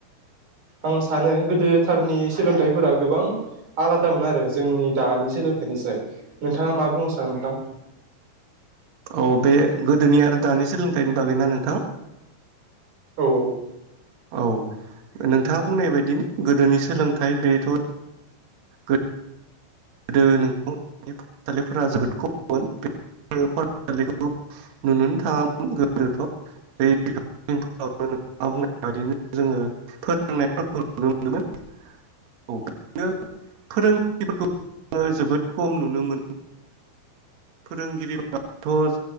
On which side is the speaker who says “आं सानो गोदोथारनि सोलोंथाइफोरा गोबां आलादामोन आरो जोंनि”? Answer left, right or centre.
Right